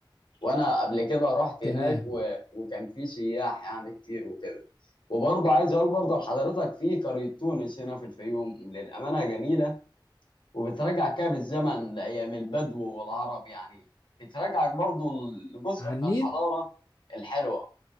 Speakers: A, on the left; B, on the left.
A: وانا قبل كده رحت
B: تمام
A: هناك و... وكان في سياح يعني كتير وكده وبرضه عايز اقول برضه لحضرتك في قريه تونس هنا في الفيوم للامانه جميله وبترجع كده بالزمن لايام البدو والعرب يعني بترجعك برضه لجزء
B: على
A: من
B: النيل
A: الحضاره الحلوه